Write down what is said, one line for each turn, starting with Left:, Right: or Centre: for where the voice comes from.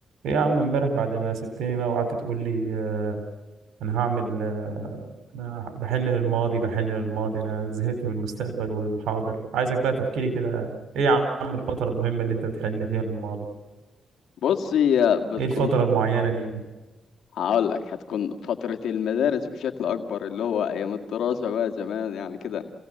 Right: ايه يا عم امبارح بعد ما سبتني بقى وقعدت تقول لي آه انا هعمل آه انا بحن للماضي بحن للماضي انا زهقت من المستقبل والحاضر عايزك بقى تحكي لي كده ايه يا عم الفترة المهمة اللي انت بتحن فيها للماضي
Left: بص هي بتكون
Right: ايه الفترة المعينة دي دي
Left: هقول لك هتكون فترة المدارس بشكل أكبر اللي هو أيام الدراسة بقى زمان يعني كده